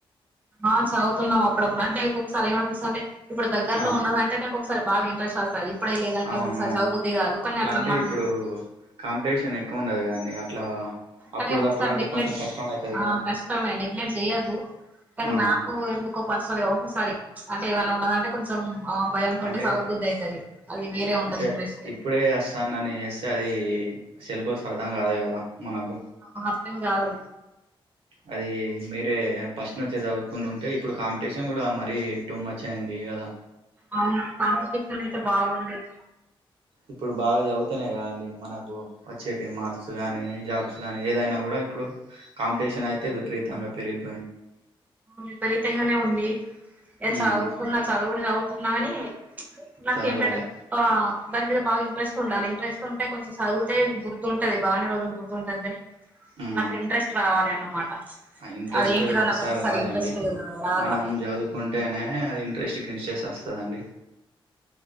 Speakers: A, on the right; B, on the right.
A: ఆ చదువుతున్నామప్పుడప్పుడు అంటే ఒకొకసారి ఏమపిస్తుంటే ఇప్పుడు దగ్గరలో
B: ఆ
A: ఉన్నదం అంటనే ఒకసారి బాగా ఇంట్రెస్ట్ వస్తది ఇప్పుడే లేదంటే
B: అవును
A: ఒకసారి చదువ బుద్ది కాదు కానీ అట్లా
B: అంటే
A: మనం
B: ఇప్పుడు కాంపిటీషన్ ఎక్కువ ఉండదు కానీ అట్లా అప్పుడుదప్పుడు
A: అరే ఒకసారి
B: అంటే
A: నెగ్లెక్ట్
B: కొంచెం కష్టం అవుతుంది
A: ఆ
B: కదా
A: కష్టమే నెగ్లెక్ట్ చెయ్యద్దు కానీ
B: ఆ
A: నా ఎందుకో ఎందుకో పర్సర ఒకసారి అంటే ఏమైనా ఉన్నాదంటే కొంచెం భయంతోటి
B: అంటే
A: సదబుద్ధి అయితది అది మీరే ఉంటది
B: అంటే
A: ఇంట్రెస్ట్
B: ఇప్పుడే వస్తానని చేస్తే అది సిలబస్ అర్థం కాదు కదా మనకు
A: ఆ అర్థం కాదు
B: అది మీరే ఫస్ట్ నుచ్చే చదువుకుంటూ ఉంటే ఇప్పుడు కాంపిటీషన్ కూడా మరీ టూమచ్ అయింది గదా.
A: అవును కాంపిటేషన్ <inaudible> బాగుండేది
B: ఇప్పుడు బాగ చదువుతేనే కదండి మనకు వచ్చేటి మార్క్స్ కానీ జాబ్స్ కానీ ఏదైనా కూడా ఇప్పుడు కాం పిటీషన్ అయితే విపరీతంగా పెరిగ్
A: విపరీతంగానే ఉంది ఏ
B: ఉమ్
A: చదువుతున్నా చదువునే చవు న్నాని నాకేంటటే
B: చదవాలి
A: ఆ దాని మీద బాగా ఇంట్రెస్ట్ ఉండాలి ఇంట్రెస్ట్ ఉంటే కొంచెం చదివుతే గుర్తు ఉంటది బాగానే గుర్తుంటుందని.
B: ఉమ్
A: నాకు ఇంట్రెస్ట్ రావాలి అన్నమాట
B: ఆ ఇంట్రెస్ట్
A: అదేంటిదో
B: ఒకసారి
A: నాకు
B: రాదండి
A: ఇంట్రెస్ట్ రాదు
B: మనం
A: అ
B: చదువ్ ఉంటేనే అది ఇంట్రెస్ట్ <unintelligible> వస్తదండి